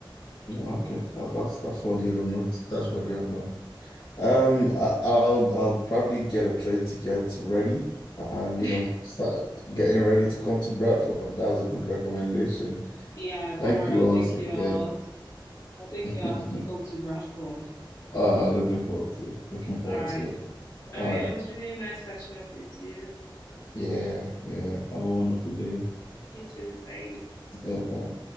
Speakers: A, on the left; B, on the left.
A: Yeah,
B: as well.
A: okay. That, that's that's what you have note. That's what you have note. Um, I, I'll I'll probably get a train ticket ready, and
B: <laughs>
A: you know, start getting ready to come to Bradford. That's a good recommendation.
B: Yeah, don't
A: Thank
B: worry,
A: you
B: I'll
A: once
B: take
A: again.
B: you out. I'll take you out
A: <laughs>
B: if you come to Bradford.
A: Uh, looking forward to it. Looking forward
B: All right.
A: to it.
B: All
A: All
B: right.
A: right.
B: It was really nice catching up with you.
A: Yeah. Yeah. Have a wonderful day.
B: You too. Bye.
A: Yeah. Bye.